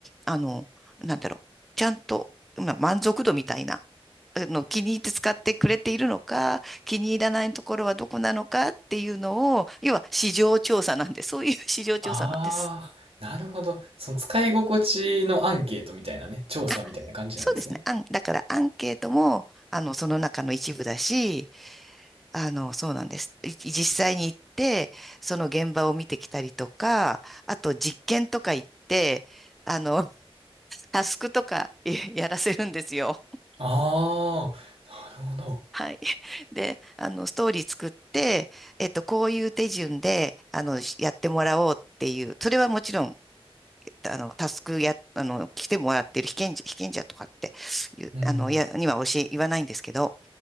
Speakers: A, in the centre; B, on the right.
A: あの、なんだろう、ちゃんと、まあ、満足度みたいな、あの、気に入って使ってくれているのか、気に入らないところはどこなのかっていうのを、要は市場調査なんで、そういう <laughs> 市場調査なんです。
B: ああ、なるほど。その使い心地のアンケートみたいなね、調査みたいな感じなんですね。
A: あ、そうですね。あん、だからアンケートも、あの、その中の一部だし、あの、そうなんです。い実際に行って、その現場を見てきたりとか、あと実験とか行って、あの、タスクとかえやらせるんですよ。
B: ああ、なるほど。
A: はい。<laughs> で、あの、ストーリー作って、えっと、こういう手順で、あの、しやってもらおうっていう、それはもちろん、あの、タスクや、あの、来てもらってる被験者、被験者とかっていう、
B: うん。
A: あの、いや、には教え、言わないんですけど、